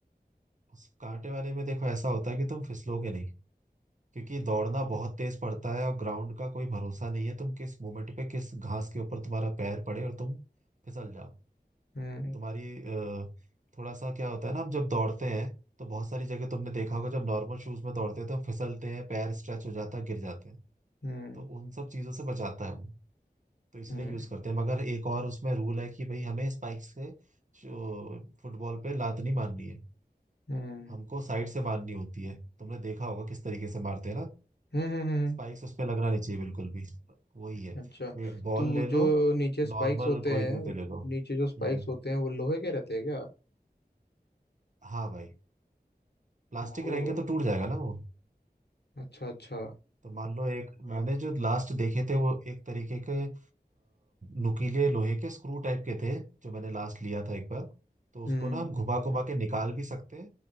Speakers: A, on the right; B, on the left.
A: उस कांटे वाले में देखो ऐसा होता है कि तुम फिसलोगे नहीं क्योंकि दौड़ना
B: हम्म
A: बहुत तेज पड़ता है और ग्राउंड का कोई भरोसा नहीं है तुम किस मोमेंट पे किस घास के ऊपर तुम्हारा पैर पड़े और तुम फिसल जाओ
B: हम्म
A: तुम्हारी अ, थोड़ा सा क्या होता है ना हम जब दौड़ते हैं तो बहुत सारी जगह तुमने देखा होगा जब नॉर्मल शूज में दौड़ते हैं तो फिसलते हैं पैर स्ट्रेच हो जाता है गिर जाते हैं
B: हम्म
A: तो उन सब चीजों से बचाता है वो तो इसलिए
B: हम्म
A: यूज करते हैं मगर एक और उसमें रूल है कि भाई हमें स्पाइक्स से जो फुटबॉल पे लात नहीं मारनी है
B: हम्म
A: हमको साइड से मारनी होती है तुमने देखा होगा किस तरीके से मारते हैं ना
B: हम्म हम्म, हम्म,
A: स्पाइक्स उस पर लगना नहीं चाहिए बिल्कुल भी वही है
B: अच्छा
A: एक बॉल
B: तो
A: ले
B: जो
A: लो
B: नीचे स्पाइक्स
A: नॉर्मल
B: होते
A: कोई
B: हैं
A: जूते ले लो हम्म
B: नीचे जो स्पाइक्स होते हैं वो लोहे के रहते हैं क्या
A: हाँ भाई प्लास्टिक
B: ओह
A: रहेंगे तो टूट जाएगा ना वो
B: अच्छा अच्छा
A: तो मान लो एक मैंने जो लास्ट देखे थे वो एक तरीके के अ, नुकीले लोहे के स्क्रू टाइप के थे जो मैंने लास्ट लिया था एक बार तो उसको
B: हम्म
A: ना हम घुमा घुमा के निकाल भी सकते हैं